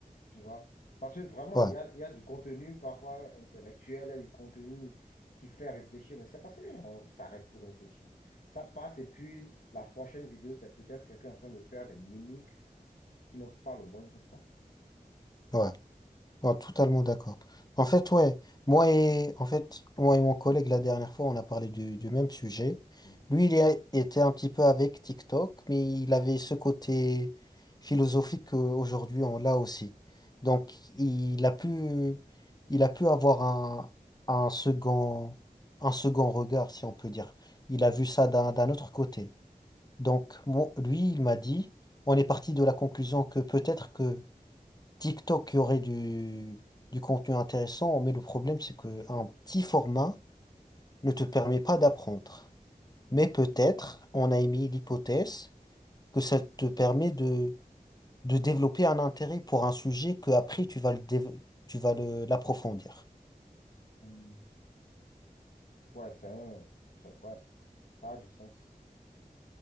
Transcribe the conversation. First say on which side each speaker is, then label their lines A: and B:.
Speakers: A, on the left; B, on the left.
A: tu vois, parce que vraiment,
B: Ouais.
A: il y a, il y a du contenu parfois intellectuel, il y a du contenu qui fait réfléchir, mais c'est parce qu'on s'arrête pour réfléchir. Ça passe et puis la prochaine vidéo, c'est peut-être quelqu'un en train de faire des mimiques qui n'ont pas le moindre sens.
B: ouais. Oh, totalement d'accord. En fait, ouais, moi et, en fait, moi et mon collègue, la dernière fois, on a parlé du, du même sujet.
A: Mhm.
B: Lui, il a- était un petit peu avec TikTok, mais il avait ce côté philosophique qu'aujourd'hui, on l'a aussi. Donc, il a pu, il a pu avoir un, un second, un second regard, si on peut dire. Il a vu ça d'un, d'un autre côté. Donc, moi- lui, il m'a dit, on est parti de la conclusion que peut-être que TikTok, il y aurait du, du contenu intéressant, mais le problème, c'est qu'un petit format ne te permet pas d'apprendre.
A: Ouais.
B: Mais peut-être, on a émis l'hypothèse que ça te permet de, de développer un intérêt pour un sujet que après tu vas le dév- tu vas le, l'approfondir.
A: Mhm. Ouais, c'est un... c'est- Ouais, ça a du sens.